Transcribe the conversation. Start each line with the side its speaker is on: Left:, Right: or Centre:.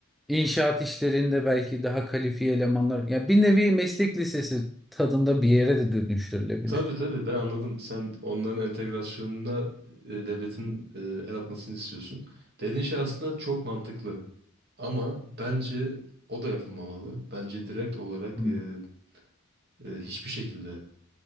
Centre: inşaat işlerinde belki daha kalifiye elemanlar ya bir nevi meslek lisesi tadında bir yere de dönüştürülebilir.
Right: Tabii tabii ben anladım. Sen onların entegrasyonuna e, devletin e, el atmasını istiyorsun. Dediğin şey aslında çok mantıklı. Ama bence o da yapılmamalı. Bence direkt olarak
Centre: Hmm.
Right: e, e, hiçbir şekilde